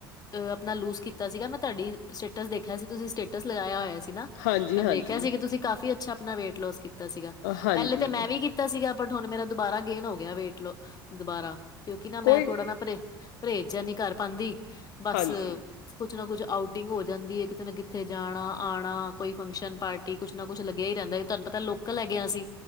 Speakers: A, on the left; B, on the left.
A: ਅ ਆਪਣਾ ਲੂਜ਼ ਕੀਤਾ ਸੀਗਾ ਮੈਂ ਤੁਹਾਡੀ ਸਟੇਟਸ ਦੇਖਿਆ ਸੀ ਤੁਸੀਂ ਸਟੇਟਸ ਲਗਾਇਆ ਹੋਇਆ ਸੀ ਨਾ
B: ਹਾਂਜੀ
A: ਮੈਂ
B: ਹਾਂਜੀ
A: ਦੇਖਿਆ ਸੀ ਕਿ ਤੁਸੀਂ ਕਾਫ਼ੀ ਅੱਛਾ ਆਪਣਾ ਵੇਟ ਲੋਸ ਕੀਤਾ ਸੀਗਾ
B: ਹਾਂਜੀ
A: ਪਹਿਲੇ ਤਾਂ ਮੈਂ ਵੀ ਕੀਤਾ ਸੀਗਾ ਬਟ ਹੁਣ ਮੇਰਾ ਦੁਬਾਰਾ ਗੇਨ ਹੋ ਗਿਆ ਵੇਟ ਦੁਬਾਰਾ, ਕਿਉਂਕਿ ਨਾ ਮੈਂ
B: ਕੋਈ
A: ਥੋੜਾ ਨਾ ਪਰਹੇਜ ਪਰਹੇਜ਼ ਜਿਹਾ ਨਹੀ ਕਰ ਪਾਉਂਦੀ ਬਸ
B: ਹਾਂਜੀ
A: ਕੁਛ ਨਾ ਕੁਛ ਆਊਟਿੰਗ ਹੋ ਜਾਂਦੀ ਹੈ ਕਿਤੇ ਨਾ ਕਿਤੇ ਜਾਣਾ, ਆਉਣਾ ਕੋਈ ਫੰਕਸ਼ਨ ਪਾਰਟੀ ਕੁੱਛ ਨਾ ਕੁੱਛ ਲੱਗਿਆ ਹੀ ਰਹਿੰਦਾ ਤੁਹਾਨੂੰ ਪਤਾ ਲੋਕਲ ਹੈਗੇ ਅਸੀਂ,